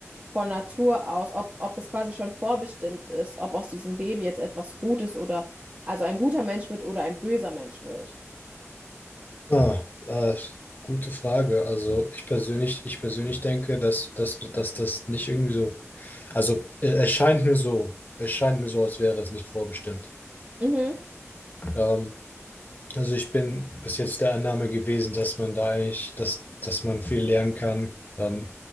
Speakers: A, on the right; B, on the left.
A: von Natur aus, ob, ob es quasi schon vorbestimmt ist, ob aus diesem Baby jetzt etwas Gutes oder also ein guter Mensch wird oder ein böser Mensch wird?
B: Ah, ah, gute Frage. Also ich persönlich, ich persönlich denke, dass, dass, dass das nicht irgendwie so, also äh, es scheint mir so, es scheint mir so, als wäre es nicht vorbestimmt.
A: Mhm.
B: Ähm, also ich bin bis jetzt der Annahme gewesen, dass man da eigentlich, dass, dass man viel lernen kann, ähm,